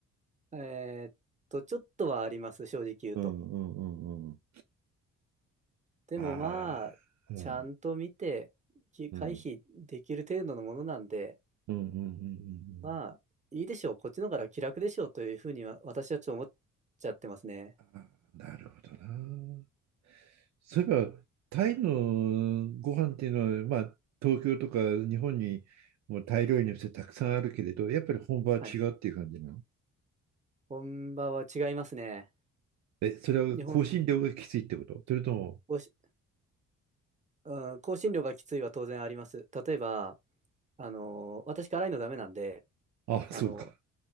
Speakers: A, on the right; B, on the right.
A: <laughs> えーっと、ちょっとはあります、正直言うと。
B: うんうんうんうん。
A: でもまあ、
B: ああ。うん。
A: ちゃんと見て、き回避できる程度のものなんで、
B: うん。うんうんうんうんう
A: まあ、
B: ん。
A: いいでしょう、こっちの方が気楽でしょうというふうには、私はちょっと思っちゃってますね。
B: あなるほどな。そういえば、タイのご飯っていうのは、まあ、東京とか日本にも大タイ料理店たくさんあるけれど、やっぱり本場は違うっていう感じなの
A: はい。本場は違いますね。
B: え、それは香辛料がきついってことそれとも、
A: 日本語し、うん、香辛料がきついは当然あります。例えば、あのー私辛いのダメなんで、
B: あ、
A: あの
B: そうか。